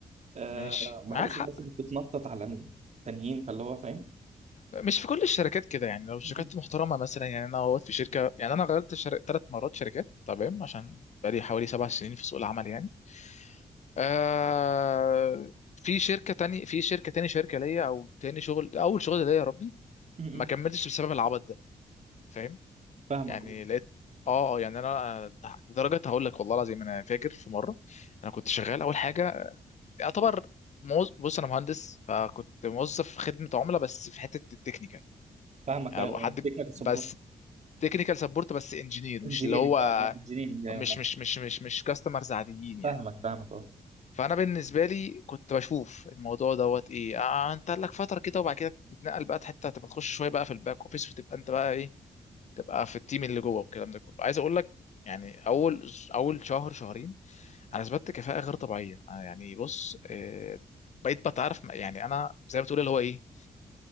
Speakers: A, on the right; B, on the left.
A: أه
B: ماشي
A: ما
B: معاك
A: بحبش
B: حق
A: الناس اللي بتتنطط على التانيين فاللي هو فاهم
B: مش في كل الشركات كده يعني لو شركات
A: م-م.
B: محترمه مثلا يعني انا وقت في شركه يعني انا غيرت شر... ثلاث مرات شركات تمام عشان بقالي حوالي سبع سنين في سوق العمل يعني آه... في شركه تاني في شركه تاني شركه ليا او تاني شغل اول شغل ليا يا ربي
A: م-م.
B: ما كملتش بسبب العبط ده فاهم
A: فاهمك
B: يعني
A: اه
B: لقيت اه اه يعني انا آه، لدرجه هقول لك والله العظيم انا فاكر في مره انا كنت شغال اول حاجه يعتبر موز... بص انا مهندس فكنت موظف في خدمه عملاء بس في حته التكنيكال
A: فاهمك
B: يعني
A: ايوه
B: حد
A: تكنيكال
B: بس
A: سبورت
B: تكنيكال سبورت بس انجينير مش
A: انجينيرنج
B: اللي هو
A: اه انجينيرنج ايوه
B: مش
A: فاهم.
B: مش مش مش مش كاستمرز عاديين يعني
A: فاهمك فاهمك اه
B: فانا بالنسبه لي كنت بشوف الموضوع دوت ايه آه انت لك فتره كده وبعد كده تتنقل بقى حته تبقى تخش شويه بقى في الباك اوفيس وتبقى انت بقى ايه تبقى في التيم اللي جوه والكلام ده كله عايز اقول لك يعني اول اول شهر شهرين انا اثبتت كفاءه غير طبيعيه أنا يعني بص آه، بقيت بتعرف يعني انا زي ما بتقول اللي هو ايه